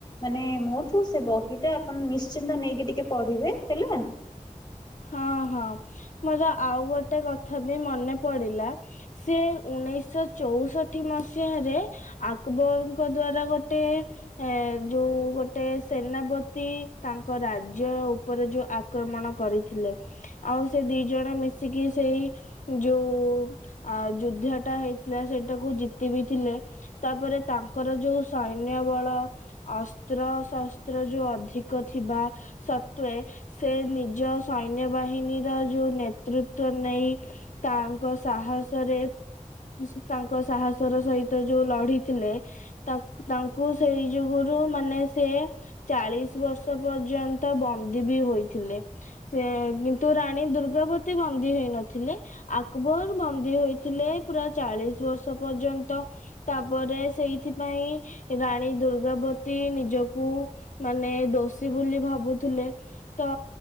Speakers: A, on the left (about 30°); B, on the left (about 65°).
A: ମାନେ ମୋଠୁ ସେ ବହି ଟା ଆପଣ ନିଶ୍ଚିନ୍ତ ନେଇକି ଟିକେ ପଢିବେ ହେଲା।
B: ହଁ ହଁ ମୋର ଆଉ ଗୋଟେ କଥା ବି ମନେ ପଡିଲା। ସେ ଉଣେଇଶ ଚୋଉଷଠି ମସିହାରେ ଆକବରଙ୍କ ଦ୍ଵାରା ଗୋଟେ ଏ ଯୋଉ ଗୋଟେ ସେନାପତି ତାଙ୍କ ରାଜ୍ୟ ଉପରେ ଯୋଉ ଆକ୍ରମଣ କରି ଥିଲେ ଆଉ ସେ ଦି ଜଣ ମିଶିକି ସେଇ ଯୋଉ ଆ ଯୁଦ୍ଧ ଟା ହେଇଥିଲା ସେଇଟାକୁ ଜିତି ବିି ଥିଲେ। ତାପରେ ତାଙ୍କର ଯୋଉ ସୈନ୍ୟ ବଳ ଅସ୍ତ୍ର ଶସ୍ତ୍ର ଯୋଉ ଅଧିକ ଥିବା ସତ୍ୱେ ସେ ନିଜ ସୈନ୍ୟ ବାହିନୀର ଯୋଉ ନେତୃତ୍ୱ ନେଇ ତାଙ୍କ ସାହସରେ ଉସୂ ସ୍ ତାଙ୍କ ସାହସର ସହିତ ଯୋଉ ଲଢିଥିଲେ। ତାକ୍ ତାଙ୍କୁ ସେଇ ଯୁଗୁରୁ ମାନେ ସେ ଚାଳିଶି ବର୍ଷ ପର୍ଯ୍ୟନ୍ତ ବନ୍ଦୀ ବି ହୋଇଥିଲେ। ସେ କିନ୍ତୁ ରାଣୀ ଦୁର୍ଗାବତି ବନ୍ଦୀ ହେଇନଥିଲେ। ଆକବର ବନ୍ଦୀ ହୋଇଥିଲେ ପୁରା ଚାଳିଶି ବର୍ଷ ପର୍ଯ୍ୟନ୍ତ। ତାପରେ ସେଇଥିପାଇଁ ରାଣୀ ଦୁର୍ଗାବତୀ ନିଜକୁ ମାନେ ଦୋଷୀ ବୋଲି ଭାବୁଥିଲେ ତ